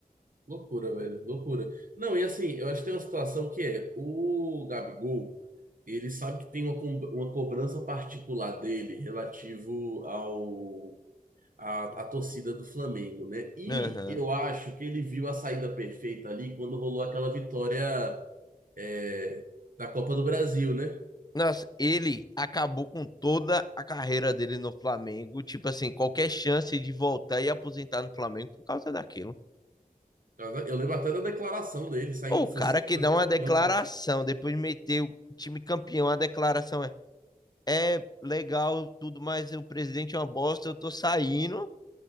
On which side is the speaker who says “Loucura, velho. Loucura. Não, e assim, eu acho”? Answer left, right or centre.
Right